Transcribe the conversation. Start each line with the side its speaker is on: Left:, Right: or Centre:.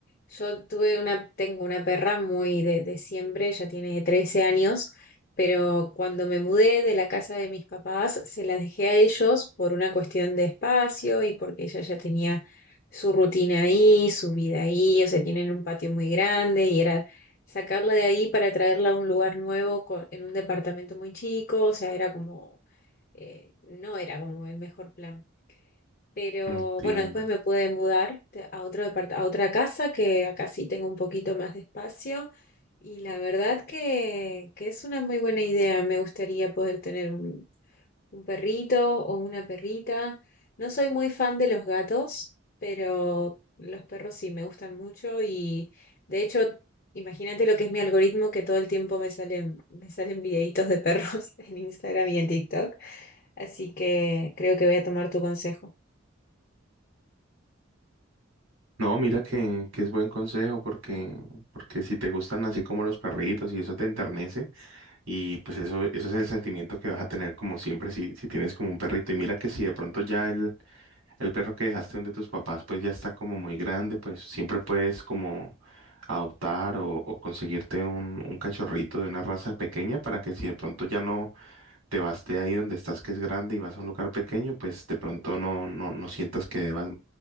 Left: yo tuve una, tengo una perra muy de, de siempre, ya tiene 13 años, pero cuando me mudé de la casa de mis papás, se las dejé a ellos por una cuestión de espacio y porque ella ya tenía su rutina ahí, su vida ahí, o sea, tienen un patio muy grande y era sacarla de ahí para traerla a un lugar nuevo co- en un departamento muy chico, o sea, era como eh, no era como el mejor plan. Pero
Right: Entiendo.
Left: bueno, después me pude mudar te- a otro depart- a otra casa que acá sí tengo un poquito más de espacio y la verdad que, que es una muy buena idea. Me gustaría poder tener un, un perrito o una perrita. No soy muy fan de los gatos, pero los perros sí me gustan mucho y de hecho, imagínate lo que es mi algoritmo que todo el tiempo me salen, me salen videitos de perros <laughs> en Instagram y en TikTok. Así que creo que voy a tomar tu consejo.
Right: No, mira que, que es buen consejo porque, porque si te gustan así como los perritos y eso te enternece y pues eso, eso es el sentimiento que vas a tener como siempre si, si tienes como un perrito y mira que si de pronto ya el, el perro que dejaste donde tus papás pues ya está como muy grande pues siempre puedes como adoptar o, o conseguirte un, un cachorrito de una raza pequeña para que si de pronto ya no te vas de ahí donde estás, que es grande, y vas a un lugar pequeño, pues de pronto no, no, no sientas que debas